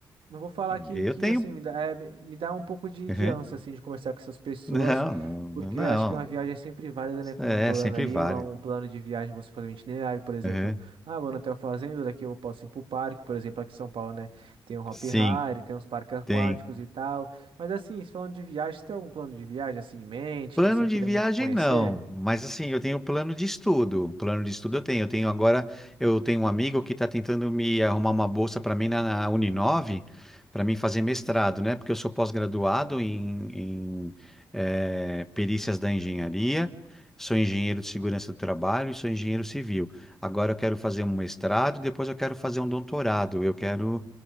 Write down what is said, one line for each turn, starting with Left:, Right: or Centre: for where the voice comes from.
Right: Não vou falar que,
Centre: Eu
Right: que
Centre: tenho
Right: assim, me dá, é, me me dá um pouco de,
Centre: Uhum.
Right: de ânsia, assim, de conversar com essas pessoas,
Centre: Não, não,
Right: porque
Centre: não.
Right: eu acho que uma viagem é sempre válida, né? Como
Centre: não. É,
Right: um plano
Centre: sempre
Right: ali,
Centre: vale.
Right: um, um plano de viagem, você fazer um itinerário, por exemplo.
Centre: Uhum.
Right: Ah, vou no Hotel Fazenda, daqui eu posso ir pro parque, por exemplo, aqui em São Paulo, né? Tem um Hop
Centre: Sim,
Right: Hari, tem uns parques aquáticos
Centre: tem.
Right: e tal. Mas assim, se falando de viagem, você tem algum plano de viagem, assim, em mente,
Centre: Plano
Right: que você queira
Centre: de viagem
Right: muito conhecer?
Centre: não, mas assim, eu tenho plano de estudo. Plano de estudo eu tenho. Eu tenho agora, eu tenho um amigo que está tentando me arrumar uma bolsa para mim na, na Uninove, para mim fazer mestrado, né? Porque eu sou pós-graduado em, em, eh, perícias da engenharia, sou engenheiro de segurança do trabalho e sou engenheiro civil. Agora eu quero fazer um mestrado, depois eu quero fazer um doutorado. Eu quero,